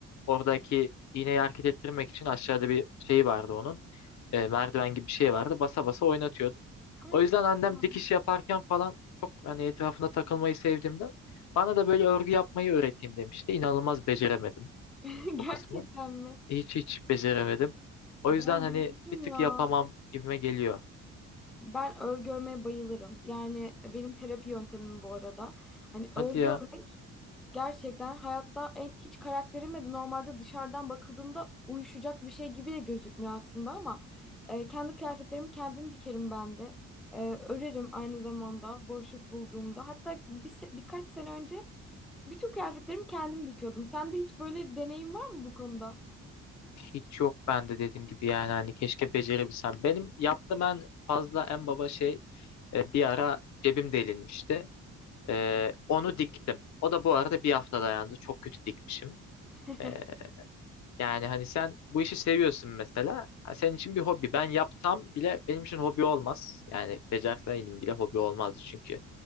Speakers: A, on the left; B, in the centre.
A: oradaki iğneyi hareket ettirmek için aşağıda bir şeyi vardı onun. E, merdiven gibi bir şey vardı. Basa basa oynatıyordu.
B: Aynı
A: O yüzden annem
B: yani.
A: dikiş yaparken falan çok hani etrafına takılmayı sevdiğimden bana da böyle örgü yapmayı öğreteyim demişti. İnanılmaz beceremedim
B: <laughs> Gerçekten
A: o kısmı.
B: mi?
A: Hiç hiç beceremedim. O
B: Ben
A: yüzden hani
B: bayılırım
A: bir tık
B: ya.
A: yapamam gibime geliyor.
B: Ben örgü örmeye bayılırım. Yani benim terapi yöntemim bu arada. Hani
A: Hadi
B: örgü
A: ya
B: örmek gerçekten hayatta en, hiç karakterime de normalde dışarıdan bakıldığında uyuşacak bir şey gibi de gözükmüyor aslında ama e, kendi kıyafetlerimi kendim dikerim ben de. E, örerim aynı zamanda boşluk bulduğumda. Hatta bir, se- birkaç sene önce Bütün kıyafetlerimi kendim dikiyordum. Sende hiç böyle deneyim var mı bu konuda?
A: hiç yok bende dediğim gibi yani hani keşke becerebilsem. Benim yaptığım en fazla en baba şey e, bir ara cebim delinmişti. E, onu diktim. O da bu arada bir hafta dayandı. Çok kötü dikmişim.
B: <laughs>
A: E, Yani hani sen bu işi seviyorsun mesela. Ha, Senin için bir hobi. Ben yapsam bile benim için hobi olmaz. Yani becerseydim bile hobi olmazdı çünkü